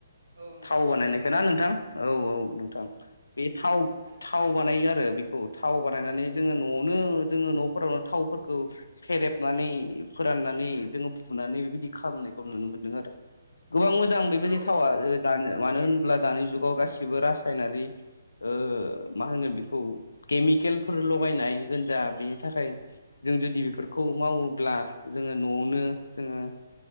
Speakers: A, on the right; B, on the left.
A: औ नंगौ
B: थाव
A: नंगौ
B: बानायनायखौ ना नोंथां औ औ नोंथां बे थाव
A: माने
B: थाव बानायो आरो बेखौ थाव बानायनानै जोङो न'आवनो जोङो न'फोरावनो थावफोरखौ फेरेबनानै फोराननानै जोङो फुनानै बेबायदि खालामनायखौ नुनो मोनदों आरो गोबां मोजां बेबायदि
A: औ
B: थावा दानो मानो होनोब्ला दानि जुगाव गासिबो रासायनारि ओ मा होनगोन बेखौ केमिकेलफोर लगायनाय गोनजा बेनि थाखाय जों जुदि बेफोरखौ मावोब्ला जोङो न'आवनो जोङो